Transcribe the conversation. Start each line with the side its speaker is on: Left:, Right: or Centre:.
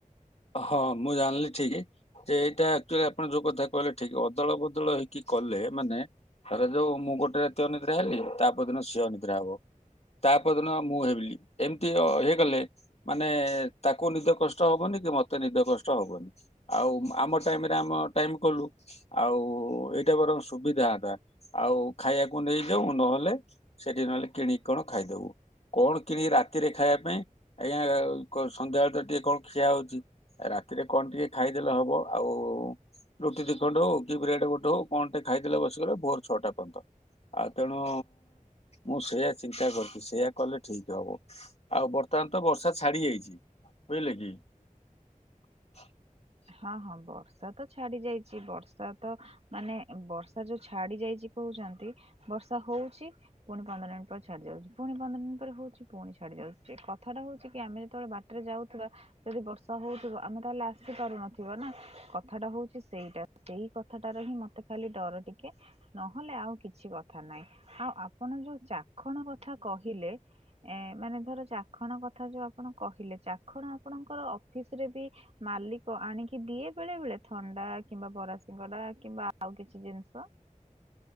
Left: ହଁ ମୁଁ ଜାଣିଲି ଠିକ ଯେ ଏଇଟା ଆକଚୁଆଲି ଆପଣ ଯୋଉ କଥା କହିଲେ ଠିକ ଅଦଳ ବଦଳ ହେଇକି କଲେ ମାନେ ଧରା ଯାଉ ମୁଁ ଗୋଟେ ରାତି ଅନିଦ୍ରା ହେଲି ତାପର ଦିନ ସିଏ ଅନିଦ୍ରା ହବ। ତାପଦିନ ମୁଁ ହେବି ଏମିତି ଅ ହେଇ ଗଲେ ମାନେ ତାକୁ ନିଦ କଷ୍ଟ ହବନି କି ମତ ତେ ନିଦ କଷ୍ଟ ହବନି ଆଉ ଆମ ଟାଇମରେ ଆମ ଟାଇମ କଲୁ ଆଉ ଏଇଟା ସୁବିଧା ହନ୍ତା ଆଉ ଖାଇବାକୁ ନେଇଯାଉ ନହେଲେ ସେଠି ନହେଲେ କିଣିକି କଣ ଖାଇଦବୁ। କଣ କିଣିକି ରାତିରେ ଖାଇବା ପାଇଁ ଆଜ୍ଞା କ ସନ୍ଧ୍ୟାବେଳେ ତ ଟିକେ କଣ ଖିଆ ହଉଛି। ରାତିରେ କଣ ଟିକେ ଖାଇଦେଲେ ହବ ଆଉ ରୁଟି ଦି ଖଣ୍ଡ ହଉ କି ବ୍ରେଡ ଗୋଟେ ହଉ କଣଟେ ଖାଇଦେଲେ ବସିଗଲେ ଭୋର ଛଟା ପର୍ଯ୍ୟନ୍ତ। ଆଉ ତେଣୁ ମୁଁ ସେଇଆ ଚିନ୍ତା କରୁଛି ସେଇୟା କଲେ। ଠିକ ହବ ଆଉ ବର୍ତ୍ତମାନ ତ ବର୍ଷା ଛାଡି ଯାଇଛି ବୁଝିଲେ କି? <unintelligible>
Right: ହଁ ହଁ ବର୍ଷା ତ ଛାଡି ଯାଇଛି ବର୍ଷା ତ ମାନେ ବର୍ଷା ଯୋଉ ଛାଡି ଯାଇଚି ହୋ ଯାଆନ୍ତି ବର୍ଷା ହଉଚି ପୁଣି ପନ୍ଦର ମିନିଟ ପରେ ଛାଡି ଯାଉଚି ପୁଣି ପନ୍ଦର ମିନିଟ ପରେ ହଉଚି ପୁଣି ଛାଡି ଯାଉଚି। କଥାଟା ହଉଚି କି ଆମେ ଯେତେବେଳେ ବାଟରେ ଯାଉଥିବା ଯଦି ବର୍ଷା ହଉଥିବ ଆମେ ତାହେଲେ ଆ ଆସିପାରୁନଥିବ ନା କଥାଟା ହଉଚି ସେଇଟା ସେଇ କଥାଟାର ହିଁ ମତେ ଖାଲି ଡର ଟିକେ। ନହେଲେ ଆଉ କିଛି କଥା ନାହିଁ ଆଉ ଆପଣ ଯୋଉ ଚାଖଣ କଥା କହିଲେ। ଏଁ ମାନେ ଧର ଚାକ ଚାଖଣ କଥା ଯୋଉ ଆପଣ କହିଲେ ଚାଖଣ ଆପଣଙ୍କର ଅଫିସ ରେ ବି ମାଲିକ ଆଣିକି ଦିଏ ବେଳେ ବେଳେ ଥଣ୍ଡା କିମ୍ବା ବରା ସିଙ୍ଗଡା କିମ୍ବା ଆଉ କିଛି ଜିନିଷ। <inaudible>